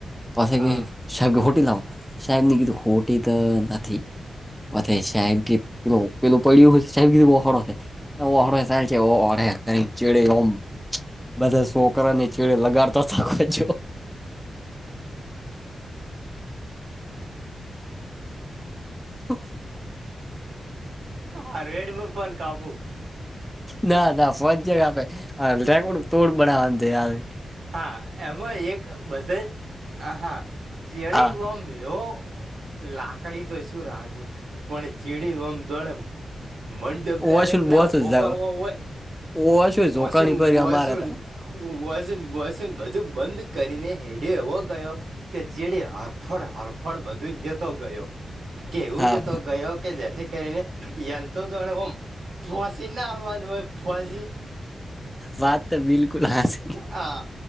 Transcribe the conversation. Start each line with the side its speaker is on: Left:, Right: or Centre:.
Centre: પછ
Right: હા
Centre: કે સાહેબ હોટી લાવો સાહેબ ની કીધું હોટી તો નથી. પ સાહેબ કે પે પેલું પડ્યું સાહેબ કી બહ ઓડ ચ છેે ચડેમ બધા છોકરા અને ચેડે લગાડતો શખ જો. ઓ <unintelligible>
Right: હ રેડમાં પણ કાપુ
Centre: ના ના ફ જગ આપે રેકોર્ડ તોડ બનાવાનું આવે-
Right: હા એમાં એક બધા આ હા ચડી
Centre: આ
Right: ઓ મેવ લાકડી તો છું રાે પણ ચીડીમ દોડે મંડપ ડાયરેક્ટ
Centre: ઓશું બહુ
Right: ના ઉભો
Centre: જ
Right: કરવો હોયસનસન
Centre: ઓશું જોકાણી પર
Right: વ
Centre: અમારે તો
Right: વસન બધું બંધ કરીને હેડે એવો ગયો કે ચીડીે હરફળ હરફળ બધું જ જતો ગયો કેવું
Centre: હા
Right: લતો ગયો કે જે કેને એયા બસના આળવાય ફવાજી
Centre: વાત તો બિલકુલ હાચી
Right: હ